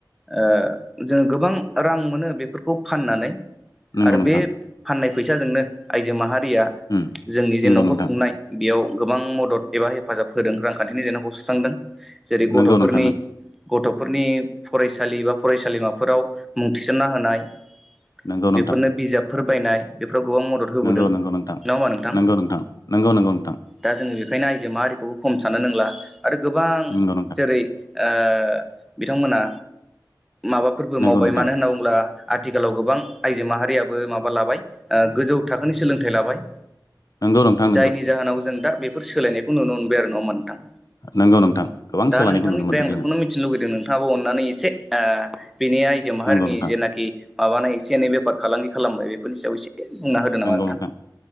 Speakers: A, in the centre; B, on the left.
A: ओ जोङो गोबां। रां मोनो बेफोरखौ फाननानै
B: नंगौ
A: आरो
B: नोंथां
A: बे फाननाय फैसाजोंनो आइजो माहारिया
B: उम
A: जोंनि
B: नंगौ
A: जे न'खर
B: नोंथां
A: खुंनाय बेयाव गोबां मदद एबा हेफाजाब होदों रांखान्थिनि जेंनाखौ सुस्रांदों। जेरै गथ'फोरनि
B: नंगौ नोंथां
A: गथ'फोरनि फरायसालि बा फरायसालिमाफोराव मुं थिसन्ना होनाय
B: नंगौ नंगौ
A: बेफोरनो
B: नोंथां
A: बिजाबफोर बायनाय बेफो राव गोबां मदद होबोदों
B: नंगौ नंगौ नोंथां
A: नङा होमा नोंथां?
B: नंगौ नोंथां
A: दा जोङो बेखायनो आइजो माहारिखौबो खम सानो नोंला आरो गोबां
B: नंगौ
A: जेरै ओ बिथांमोना माबाफोरबो
B: नंगौ
A: मावबाय
B: नोंथां
A: मानो होनना बुंब्ला आथिखालाव गोबां आइजो माहारियाबो माबा लाबाय ओ गोजौ थाखोनि सोलोंथाइ लाबाय
B: नंगौ नोंथां नंगौ नोंथां
A: जायनि जाहोनाव जों दा बेफोर सोलायनायखौ नुनो मोनबाय आरो नंङा होमब्ला नोंथां
B: नंगौ नोंथां नंगौ नोंथां गोबां
A: दा
B: सोलायनायखौ
A: नोंथांनिफ्राय
B: नुनो मोनदों
A: आं
B: जोङो
A: बेखौनो मिथिनो लुुबैदों नोंथाङाबो अननानै एसे ओ बेनि आइजो माहारिनि
B: नंगौ नोंथां
A: जेनाखि माबानाय एसे एनै बेफार फालांगि खालामबाय बेफोरनि सायाव एसे बुंना होदो नामा
B: नंगौ नोंथां